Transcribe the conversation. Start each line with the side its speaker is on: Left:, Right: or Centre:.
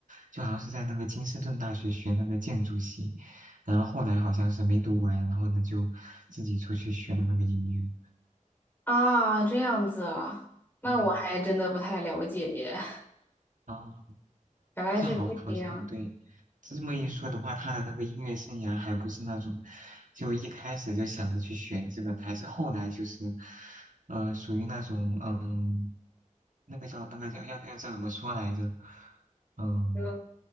Right: 就好像是在那个金斯顿大学学那个建筑系，然后后来好像是没读完，然后呢就自己出去学了那个音乐。
Left: 啊，这样子啊，那我还真的不太了解耶，
Right: 嗯，哦
Left: 原来是这样，
Right: 这好好像对，这么一说的话，他的那个音乐生涯还不是那种，就一开始就想着去学这个的还是后来就是，呃，属于那种，嗯，那个叫那个叫要要叫怎么说来着？嗯。
Left: 就